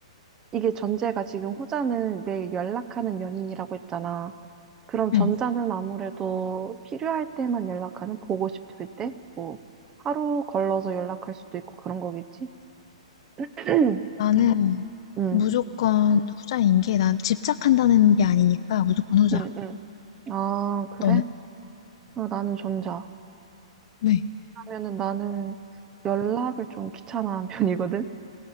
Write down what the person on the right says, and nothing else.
이게 전제가 지금 후자는 매일 연락하는 연인이라고 했잖아. 그럼 전자는
아무래도 필요할 때만 연락하는, 보고 싶을 때? 뭐, 하루 걸러서 연락할 수도 있고 그런 거겠지? <clears throat> 응,
응,
응. 아, 그래?
아, 나는 전자.
왜냐면은 나는 연락을 좀 귀찮아하는 <laughs> 편이거든?